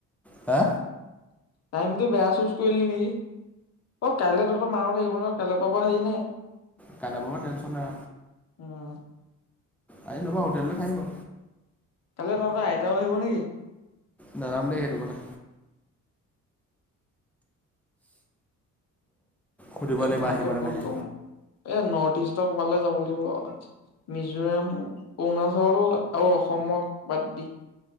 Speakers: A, in the centre; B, on the left (about 55°).
A: হে।
B: টাইমটো বেয়া চুচ কৰিলি নেকি। অ কাইলৈ তহঁত মা হত আহিব কাইলৈ পাব হি। নে
A: কাইলেপা টেনচন নাই।
B: উম,
A: আহি লবা হোটেলতে খাই বা।
B: কালি তহঁত আইতাও আহিব নেকি।
A: নাজানো দে সেইটো কথা। সুধিব
B: এই
A: লাগিব
B: গুৱাহাটীত
A: আহিব নে
B: বহু
A: নাহে
B: গৰম। এই নৰ্থ ইষ্টকবালে যাব লাগিব মিজোৰাম অৰুণাচল আৰু অসমক বাদ দি।